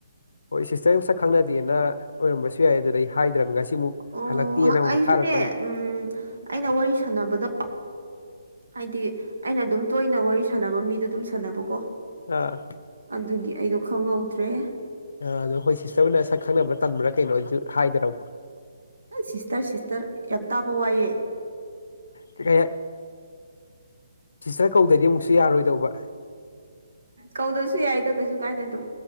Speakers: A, on the left; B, on the right.
A: ꯍꯣꯏ ꯁꯤꯁꯇꯔ ꯁꯛ ꯈꯪꯅꯗꯦꯅ ꯑꯣꯏꯔꯝꯕꯁꯨ ꯌꯥꯏ ꯑꯗꯨꯗ ꯑꯩ ꯍꯥꯏꯗ꯭ꯔꯕꯅꯤ ꯉꯁꯤ ꯁꯤꯃꯨꯛ
B: ꯑꯣ
A: ꯍꯜꯂꯛꯇꯦꯅ ꯑꯃꯨꯛ
B: ꯑꯩꯁꯨꯅꯦ
A: ꯊꯥꯔꯛꯄꯅꯦ
B: ꯎꯝ ꯑꯩꯅ ꯋꯥꯔꯤ ꯁꯥꯟꯅꯕꯗꯣ ꯍꯥꯏꯗꯤ ꯑꯩꯅ ꯑꯗꯨꯝ ꯇꯣꯏꯅ ꯋꯥꯔꯤ ꯁꯥꯟꯅꯕ ꯃꯤꯗꯣ ꯑꯗꯨꯝ ꯁꯥꯟꯅꯕꯀꯣ
A: ꯑ
B: ꯑꯗꯨꯒꯤ ꯑꯩꯗꯣ ꯈꯪꯍꯧꯗ꯭ꯔꯦ
A: ꯑꯗꯣ ꯍꯣꯏ ꯁꯤꯁꯇꯔ ꯑꯣꯏꯅ ꯁꯛ ꯈꯪꯅꯕꯥ ꯇꯟꯝꯕ꯭ꯔꯥ ꯀꯩꯅꯣꯁꯨ ꯍꯥꯏꯗꯔ
B: ꯑ ꯁꯤꯁꯇꯔ ꯁꯤꯁꯇꯔ ꯌꯥꯝ ꯇꯥꯕ ꯋꯥꯏꯑꯦ
A: ꯀ ꯀꯩ ꯍꯥꯏ ꯇꯆꯇꯔ ꯀꯧꯗ꯭ꯔꯗꯤ ꯑꯃꯨꯛꯁꯨ ꯌꯥꯔꯣꯏꯗꯧꯕ
B: ꯀꯧꯗꯁꯨ ꯌꯥꯏꯗ ꯀꯩꯁꯨ ꯀꯥꯏꯗ ꯑꯗꯨꯝ